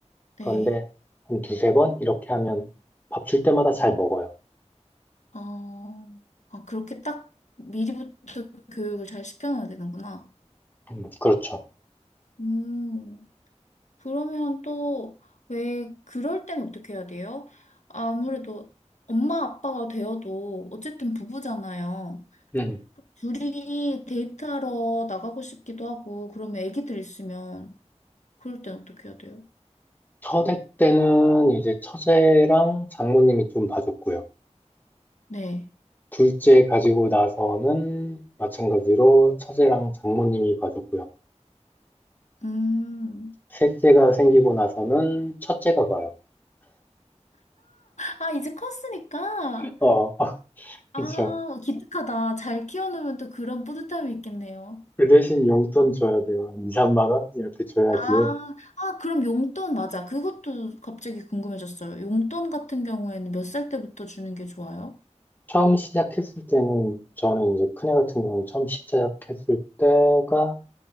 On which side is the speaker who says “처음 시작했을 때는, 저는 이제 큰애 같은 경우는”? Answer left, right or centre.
Left